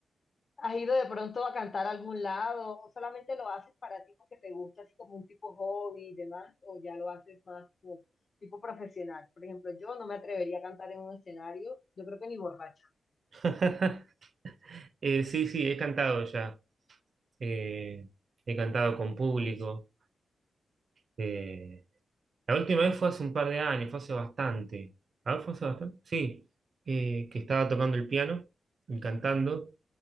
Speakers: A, on the left; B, on the right.
A: ¿Has ido de pronto a cantar a algún lado o solamente lo haces para ti porque te gusta así como un tipo hobby y demás o ya lo haces más como tipo profesional? Por ejemplo, yo no me atrevería a cantar en un escenario, yo creo que ni borracha,
B: <laughs> Eh, sí, sí, he cantado ya. Eh, he cantado con público. Eh, la última vez fue hace un par de años, fue hace bastante. Ah, fue hace bastante. Sí, eh, que estaba tocando el piano y cantando.